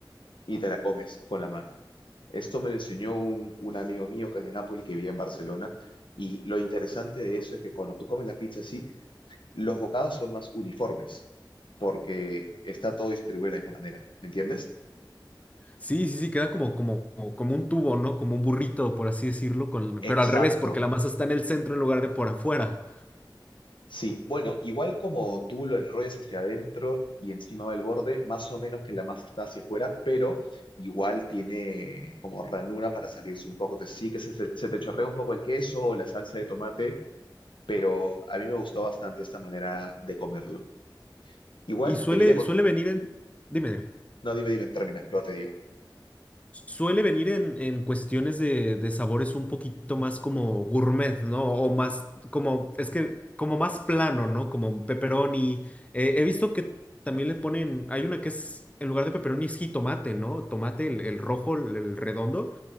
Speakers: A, on the left; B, on the left.
A: y te la comes con la mano. Esto me lo enseñó un, un amigo mío que es de Nápoles, que vivía en Barcelona. Y lo interesante de eso es que cuando tú comes la pizza así, los bocados son más uniformes, porque está todo distribuido de la misma manera. ¿Me entiendes?
B: Sí, sí, sí, queda como, como, como como un tubo, ¿no? Como un burrito, por así decirlo, con...
A: Exacto.
B: pero al revés, porque la masa está en el centro en lugar de por afuera.
A: Sí, bueno, igual como tú lo enrollas hacia adentro y encima va el borde, más o menos que la masa está hacia afuera, pero igual tiene como ranura para salirse un poco. Te sí que se, se- se te chorrea un poco el queso o la salsa de tomate, pero a mí me gustó bastante esta manera de comerlo. Igual
B: Y suele,
A: te quería contar.
B: suele venir en... Dime, dime.
A: No, dime, dime, termina, luego te digo.
B: Suele venir en, en cuestiones de, de sabores un poquito más como gourmet, ¿no? O más como, es que como más plano, ¿no? Como pepperoni. Eh, he visto que también le ponen, hay una que es, en lugar de pepperoni es jitomate, ¿no? Tomate, el, el rojo, el, el redondo.